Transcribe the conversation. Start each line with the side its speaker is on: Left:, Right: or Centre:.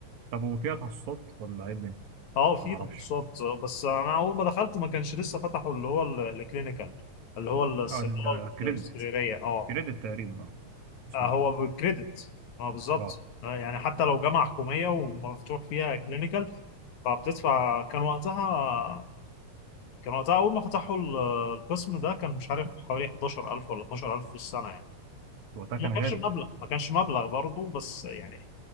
Right: طب وفيها تخصصات ولا ايه الدنيا؟
Left: اه في
Right: ما اعرفش
Left: تخصصات آه، بس انا اول ما دخلت ما كانش لسه فتحوا اللي هو ال- الكلينيكال اللي هو الصيدله
Right: اه ده كريدت
Left: السريريه اه
Right: كريدت تقريبا اه بسم
Left: آه،
Right: الله
Left: هو بالكريدت اه بالظبط
Right: اه
Left: آه، يعني حتى لو جامعه حكوميه ومفتوح فيها كلينيكال فبتدفع كان وقتها كان وقتها اول ما فتحوا ال- القسم ده كان مش عارف حوالي 11000 ولا 12000 في السنه يعني
Right: وقتها كان
Left: ما كانش
Right: غالي
Left: مبلغ ما كانش مبلغ برضه بس يعني